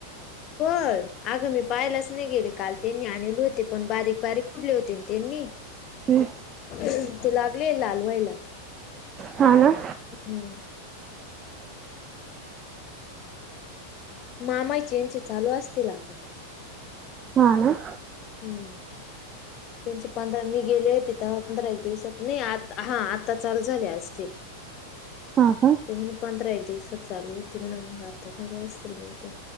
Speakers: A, on the left; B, on the right.
A: फळ अगं मी पाहालाच नय गेले काल त्यांनी आणिले होते पण बारीक बारीक कुठले होते नं त्यांनी
B: हूं
A: आता लागले लाल व्हायला.
B: हा ना
A: हम्म मामाईचे यांचे चालू असतील आता
B: हा ना
A: हूं त्यांचे पंधरा मी गेले होते तवा पंधरा एक दिवसात नही आत हा आता चालू झाले असतील. <unintelligible>
B: हा का
A: ते म्हणले पंधरा एक दिवसात चालू होतील ना मंग आता झाले असतील बहुतेक